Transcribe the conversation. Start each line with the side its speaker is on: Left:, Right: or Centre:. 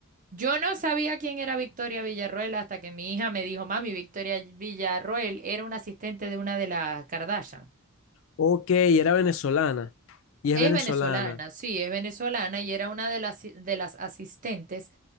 Right: Yo no sabía quién era Victoria Villarroel hasta que mi hija me dijo, mami, Victoria Villarroel era una asistente de una de las Kardashian.
Left: Ok, era venezolana. Y es
Right: Es
Left: venezolana.
Right: venezolana, sí, es venezolana y era una de las, si, de las asistentes